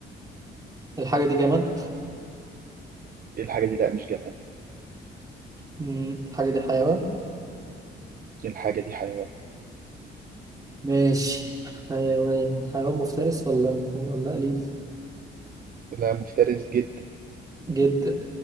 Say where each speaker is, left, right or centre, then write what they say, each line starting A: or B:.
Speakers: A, on the right; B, on the right.
A: الحاجة دي جماد
B: ايه الحاجة دي لا مش جماد
A: مم، الحاجة دي حيوان
B: ايه الحاجة دي حيوان
A: ماشي حيوان حيوان مفترس ولا ولا أليف
B: لا مفترس جدا
A: جدا